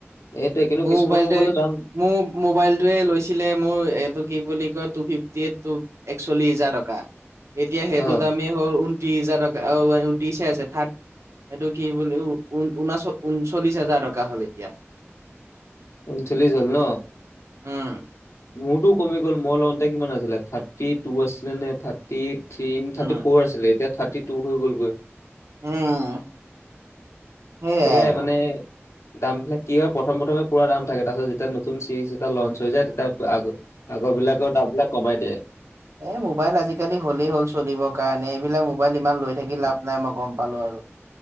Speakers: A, on the left; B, on the right.
A: এইটোৱে, কিন্তু
B: মোৰ
A: কিছুমান
B: মোবাইলটোৱে
A: মোবাইলৰ দাম
B: মোৰ মোবাইলটোৱে লৈছিলে, মোৰ এইটো কি বুলি কয়, টু ফিফটি টো একচল্লিশ হাজাৰ টকা। এতিয়া সেইটো
A: অ
B: দামেই হ'ল, ঊনত্ৰিশ হাজাৰ টকা, ঊনত্ৰিশ আছে থাৰ্ড এইটো কি বুলি ঊন-ঊনাচ, ঊনচল্লিশ হাজাৰ টকা হ'ল এতিয়া।
A: ঊনচল্লিশ হ'ল ন।
B: উম,
A: মোৰতো কমি গ'ল মোৰ লওঁতে কিমান আছিলে থাৰ্টি টু আছিলে নে্টি- থ
B: উম,
A: থ থাৰ্টি ফ'ৰ আছিলে এতিয়া থাৰ্টি টু হৈ গ'লগৈ।
B: উম। সেইয়াই
A: সেয়োই
B: আৰু
A: মানে। দাম বিলাক কি হয় প্ৰথম প্ৰথমে পুৰা দাম থাকে তাৰপাছত যেতিয়া নতুন চিৰিজ এটা লঞ্চ হৈ যায় তেতিয়া আগ আগৰ বিলাকৰ দাম বিলাক কমাই দিয়ে।
B: এ মোবাইল আজিকালি হ'লেই হ'ল চলিবৰ কাৰণে এইবিলাক মোবাইল ইমান লৈ থাকি লাভ নাই মই গম পালো আৰু।